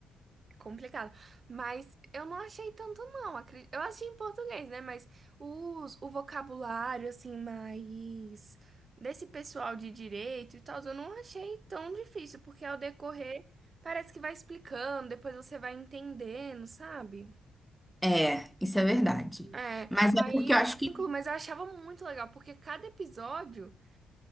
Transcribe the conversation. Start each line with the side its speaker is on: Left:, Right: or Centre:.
Right: É complicado. Mas eu não achei tanto, não. acre- Eu achei em português, né? Mas os, o vocabulário, assim, mais desse pessoal de direito e tal, eu não achei tão difícil, porque ao decorrer parece que vai explicando, depois você vai entendendo, sabe?
Centre: É, é, isso é verdade.
Right: É,
Centre: Mas
Right: aí
Centre: é porque
Right: eu
Centre: eu acho
Right: achei
Centre: que
Right: tranquilo, mas eu achava muito legal, porque cada episódio